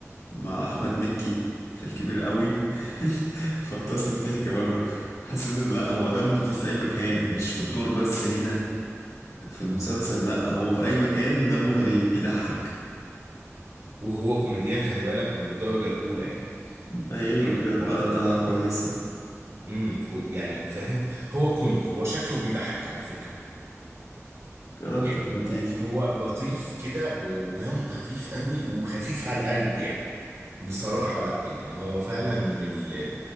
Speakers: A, on the left; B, on the right.
A: مع احمد مكي في الكبير قوي <laughs> فطسني ضحك برضه حسيت ان لا هو دمه خفيف في اي مكان مش في الدور بس هنا في المسلسل لا هو في اي مكان دمه خفيف بيضحك
B: وهو كوميديان خلي بالك من الدرجة الأولى يعني
A: قايل
B: يعني
A: له كده طالع
B: هو
A: طالعه كويسه
B: امم كوم يعني فاهم هو كوميدي هو شكله بيضحك على فكرة
A: كاركتر
B: يعني هو
A: لطيف
B: هو لطيف كده ودمه خفيف قوي وخفيف على القلب يعني بصراحة لا يعني هو فعلا من ال